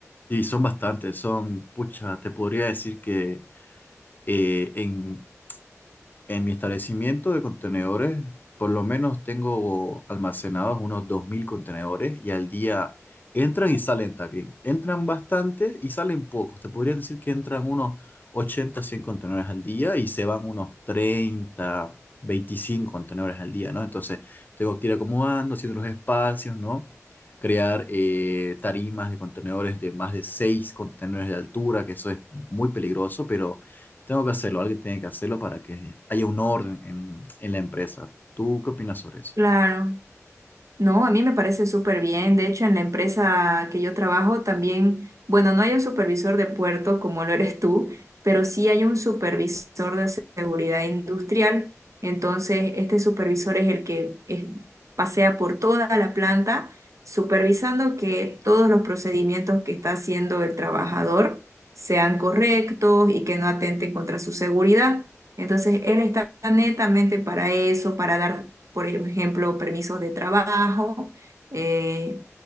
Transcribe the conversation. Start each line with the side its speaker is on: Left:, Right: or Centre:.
Left: y son bastantes, son, pucha, te podría decir que eh, en En mi establecimiento de contenedores, por lo menos tengo almacenados unos 2.000 contenedores y al día entran y salen también. Entran bastantes y salen pocos. Te podría decir que entran unos 80, 100 contenedores al día y se van unos 30, 25 contenedores al día, ¿no? Entonces tengo que ir acomodando, haciendo los espacios, ¿no? Crear eh, tarimas de contenedores de más de 6 contenedores de altura, que eso es muy peligroso, pero... Tengo que hacerlo, alguien tiene que hacerlo para que haya un orden en, en la empresa. ¿Tú qué opinas sobre eso?
Right: Claro. No, a mí me parece súper bien. De hecho, en la empresa que yo trabajo también, bueno, no hay un supervisor de puerto como lo eres tú, pero sí hay un supervisor de seguridad industrial. Entonces, este supervisor es el que eh, pasea por toda la planta, supervisando que todos los procedimientos que está haciendo el trabajador sean correctos y que no atenten contra su seguridad. Entonces, él está netamente para eso, para dar, por ejemplo, permisos de trabajo eh,